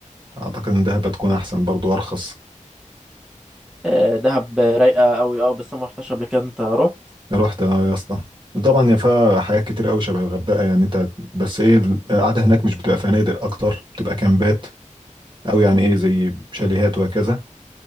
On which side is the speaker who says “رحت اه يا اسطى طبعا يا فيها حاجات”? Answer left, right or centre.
Right